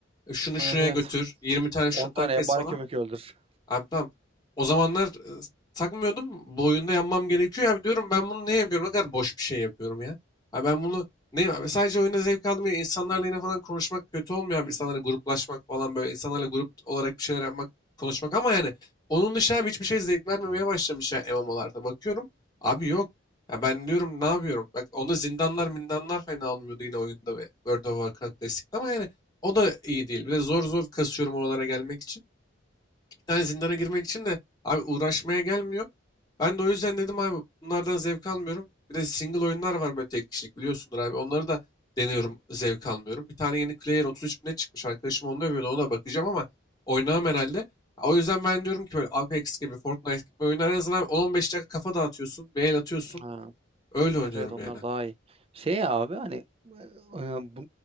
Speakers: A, on the left; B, on the right.
A: E, Şunu
B: Evet
A: şuraya
B: evet.
A: götür. 20 tane şundan
B: 10 tane
A: kes
B: yabani
A: falan.
B: köpek öldür.
A: Abi tamam. O zamanlar e, takmıyordum. Bu oyunda yanmam gerekiyor. Ya diyorum ben bunu ne yapıyorum? Ne kadar boş bir şey yapıyorum ya. Abi ben bunu ne abi sadece oyunda zevk aldım ya. İnsanlarla yine falan konuşmak kötü olmuyor abi. İnsanlarla gruplaşmak falan böyle. insanlarla grup olarak bir şeyler yapmak, konuşmak. Ama yani onun dışında abi hiçbir şey zevk vermemeye başlamış ya MMO'larda. Bakıyorum abi yok. Ya ben diyorum ne yapıyorum? Bak onda zindanlar mindanlar fena olmuyordu yine oyunda ve World of Warcraft Classic'te ama yani o da iyi değil. Bir de zor zor kasıyorum oralara gelmek için tane zindana girmek için de abi uğraşmaya gelmiyor. Ben de o yüzden dedim abi bunlardan zevk almıyorum. Bir de single oyunlar var böyle tek kişilik biliyorsundur abi. Onları da deniyorum zevk almıyorum. Bir tane yeni Clair 33 bine çıkmış arkadaşım onu övüyordu ona bakacağım ama oynamam herhalde. O yüzden ben diyorum ki böyle Apex gibi Fortnite gibi oyunlar en azından 10-15 dakika kafa dağıtıyorsun, bir el atıyorsun.
B: Ha,
A: Öyle oynuyorum
B: evet evet onlar
A: yani.
B: daha iyi. Şey ya abi hani e, e, bu,